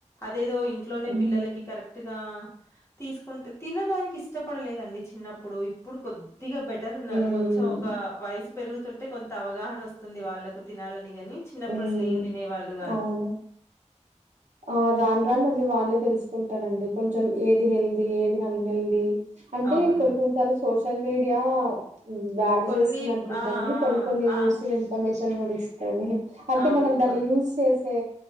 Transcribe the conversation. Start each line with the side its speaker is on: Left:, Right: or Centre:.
Left: దేదో ఇంట్లోనే
Right: హ్మ్
Left: పిల్లలకి కరెక్ట్ గా తీసుకుంటే తినడానికి ఇస్ ఇష్టపడలేదండి చిన్నప్పుడు ఇప్పుడు కొద్దిగా బెటర్ ఉన్నారు
Right: హ్మ్
Left: కొంచెం ఒక వయాస్ పెరుగుతుంటే కొంత అవగాహన వస్తుంది వాళ్ళకు తినాలని కాని చిన్నప్పుడు
Right: హ్మ్.
Left: అసలే ఏం తినే వాళ్ళు కాదు
Right: అవును ఆ రాను రాను అన్ని వాళ్ళే తెలుసుకుంటారండి కొంచెం ఏది హెల్దీ ఏది అన్హెల్దీ అంటే
Left: అవును.
Right: కొన్ని కొన్నిసార్లు సోషల్ మీడియా బ్యాడ్
Left: కొన్ని
Right: చేస్తుంది అనుకుంటామని
Left: ఆ! ఆ!
Right: కొన్ని కొన్ని
Left: ఆ!
Right: యూస్ఫుల్ ఇన్ఫర్మేషన్ కూడా ఇస్తారు అంటే
Left: అవును.
Right: మనం దాన్ని
Left: కొన్
Right: యూజ్ చేసే